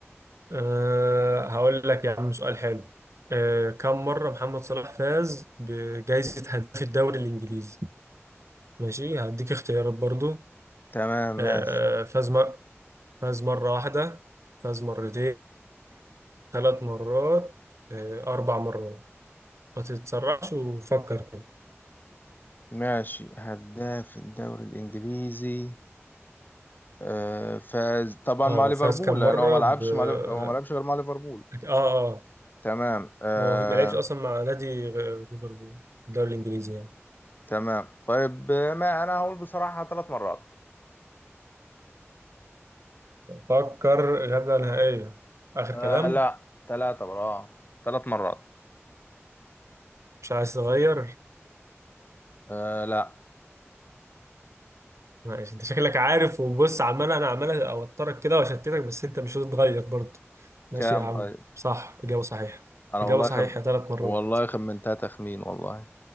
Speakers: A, on the right; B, on the left.
A: أه هقول لك يا عم سؤال حلو أه كم مرة محمد صلاح فاز بجائزة هداف الدوري الإنجليزي ماشي هديك اختيارات برضو
B: تمام
A: أه
B: ماشي
A: آه، فاز مر... فاز مرة واحدة فاز مرتين ثلاث مرات أه أربع مرات ما تتسرعش وفكر كده
B: ماشي هداف الدوري الانجليزي آه فاز طبعا
A: اه
B: مع ليفربول
A: فاز كم
B: لان
A: مرة
B: هو ما لعبش
A: ب اه
B: مع ليف- هو ما لعبش غير مع ليفربول
A: اه آه.
B: تمام آه
A: هو في- ما لعبش أصلا مع نادي غ- ليفربول الدوري الإنجليزي يعني
B: تمام طيب آه، ما انا هقول بصراحة ثلاث مرات
A: فكر إجابة نهائية آخر
B: آه
A: كلام
B: لا ثلاثة برا. اه ثلاث مرات
A: مش عايز تغير
B: آه لا
A: ماشي أنت شكلك عارف وبص عمال أنا عمال أوترك كده وأشتتك بس أنت مش هتتغير برضه ماشي
B: كام
A: يا عم
B: طيب
A: صح إجابة صحيحة
B: انا
A: إجابة
B: والله
A: صحيحة
B: خم...
A: ثلاث مرات
B: والله خمنتها تخمين والله